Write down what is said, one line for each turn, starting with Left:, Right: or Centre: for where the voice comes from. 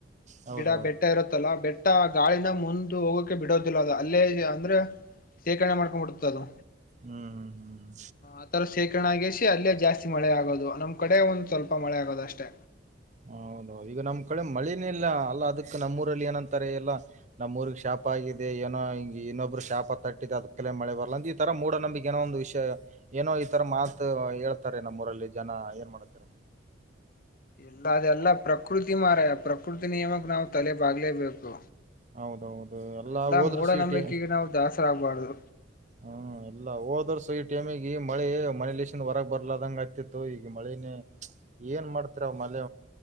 Right: ಹೌದೌದು
Left: ಗಿಡ ಬೆಟ್ಟ ಇರುತ್ತಲ್ಲಾ ಬೆಟ್ಟ ಗಾಳಿನ ಮುಂದ ಹೋಗೋಕೆ ಬಿಡೋದಿಲ್ಲ ಅ ಅಲ್ಲೇ ಅಂದ್ರೆ ಶೇಖರಣೆ ಮಾಡ್ಕೊಂಡ್ಬಿಡ್ತ ಅದು
Right: ಹ್ಮ್ ಹ್ಮ್ ಹ್ಮ್
Left: ಈ ತರ ಶೇಕರಣ ಆಗಿಸಿ ಅಲ್ಲೇ ಜಾಸ್ತಿ ಮಳೆ ಆಗೋದು ನಮ್ಮ್ ಕಡೆ ಒಂದ್ ಸ್ವಲ್ಪ ಮಳೆ ಆಗೋದ ಅಷ್ಟೇ
Right: ಹೌದ ಈಗ ನಮ್ ಕಡೆ ಮಳೇನ ಇಲ್ಲ ಅಲ್ಲ ಅದಕ್ ನಮ್ಮೂರಲ್ಲಿ ಏನಂತಾರೆ ಎಲ್ಲಾ ನಮ್ಮ್ಊರ್ಗ್ ಶಾಪ ಆಗಿದೆ ಏನೋ ಹಿಂಗೆ ಇನ್ನೊಬ್ಬರು ಶಾಪ ತಟ್ಟಿದೆ ಅದ್ ಕಲೇ ಮಳೆ ಬರ್ಲಂದ ಇ ಈ ತರ ಮೂಡ ನಂಬಿ ಏನೋ ಒಂದು ವಿಷಯ ಏನೋ ಈ ತರ ಮಾತ ಹೇಳ್ತಾರೆ ನಮ್ಮ ಊರಲ್ಲಿ ಜನ ಏನ್ ಮಾಡತೀರ.
Left: ಎಲ್ಲ ಅದೆಲ್ಲ ಪ್ರಕೃತಿ ಮಾರಯಾ ಪ್ರಕೃತಿ ನಿಯಮಕ್ಕೆ ನಾವ್ ತಲೆ ಬಾಗ್ಲೇಬೇಕು
Right: ಹೌದೌದು ಎಲ್ಲಾ
Left: ಅಂತ
Right: ಹೋದ್ರು
Left: ಮೂಢನಂಬಿಕೆಗ
Right: ಸೀಟಿ
Left: ನಾವು ದಾಸ್ರ ಆಗ್ಬಾರ್ದು
Right: ಹ್ಮ್ ಎಲ್ಲ ಹೋದರ್ಸು ಈ ಟೈಮಿಗೆ ಮಳೆ ಮನೇಲಿಸಿಂದ ಹೊರಗ್ ಬರ್ಲದಂಗ ಆಗ್ತಿತ್ತು ಈಗ ಮಳೆನೇ ಇಲ್ಲ ಏನ್ ಮಾಡ್ತರ ಮೆ